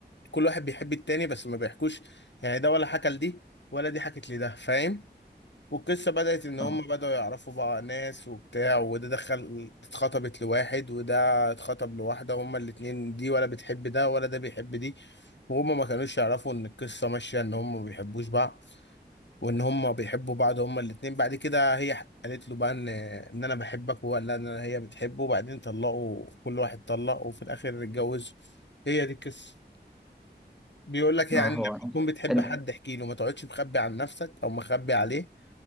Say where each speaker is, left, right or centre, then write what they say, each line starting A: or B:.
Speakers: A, on the left; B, in the centre.
A: كل واحد بيحب التاني بس ما بيحكوش يعني ده ولا حكى لدي ولا دي حكت لده فاهم والقصة بدأت إن هم
B: اه
A: بدأوا يعرفوا بقى ناس وبتاع وده دخل اتخطبت لواحد وده اتخطب لواحدة هما الاتنين دي ولا بتحب ده ولا ده بيحب دي وهما ما كانوش يعرفوا إن القصة ماشية إن هما ما بيحبوش بعض وإن هما بيحبوا بعض هما الاتنين بعد كده هي قالت له بقى إن إن أنا بحبك وهو قال لها إن أنا هي بتحبه وبعدين طلقوا كل واحد طلق وفي الآخر اتجوزوا هي دي القصة بيقول لك يعني
B: اه
A: لما
B: هو
A: تكون بتحب
B: حلو
A: حد احكي له ما تقعدش مخبي عن نفسك أو مخبي عليه